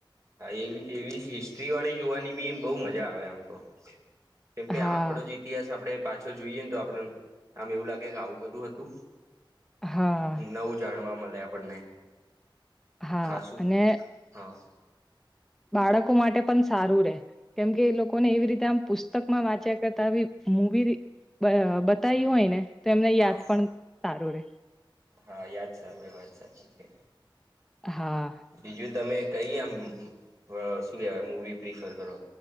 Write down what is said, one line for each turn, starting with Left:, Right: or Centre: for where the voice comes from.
Right: હા એવી એવી હિસ્ટ્રી વાળી જોવાની બી બહુ મજા આવે આમ તો કેમ કે
Centre: હા
Right: આપડો જ ઈતિહાસ આપડે પાછો જોઈએ ને તો આપડ આમ એવું લાગે કે આવું બધું હતું
Centre: હા
Right: નવું જાણવા મલે આપણને.
Centre: હા
Right: ખાસું
Centre: અને
Right: હા.
Centre: બાળકો માટે પન સારું રે કેમકે એ લોકોને એવી રીતે આમ પુસ્તક માં વાંચ્યા કરતા આવી મુવી બ બતાય હોય ને તો એમને
Right: હા
Centre: યાદ પણ સારું રે
Right: હા યાદ સારું રે વાત સાચી છે
Centre: હા
Right: બીજું તમે કઈ આમ અ શું કેવાય મુવી પ્રિફર કરો